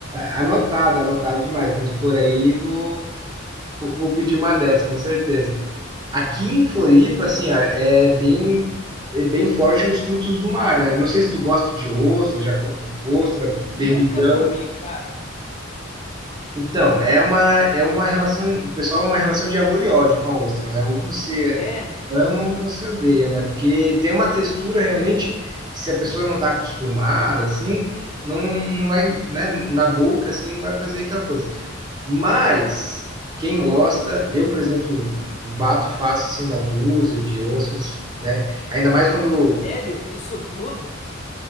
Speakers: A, on the right; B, on the left.
A: Anotado, anotado demais. Quando for aí, vou, co- vou pedir uma dessas, com certeza. Aqui em Floripa, assim, ó, é bem, é bem forte os frutos do mar, né? Não sei se tu gosta de ostra, já com ostra,
B: Nunca
A: berbigão.
B: comi, cara.
A: Então, é uma, é uma relação, pessoal, é uma relação de amor e ódio com a ostra, né? Ou você
B: É,
A: ama ou você odeia, né? Porque tem uma textura realmente que se a pessoa não está acostumada, assim, não, não vai, né? Na boca, assim, não vai fazer aquela coisa. Mas quem gosta, eu, por exemplo, bato fácil assim, uma dúzia de ossos, né? Ainda mais quando
B: Sério? Isso tudo?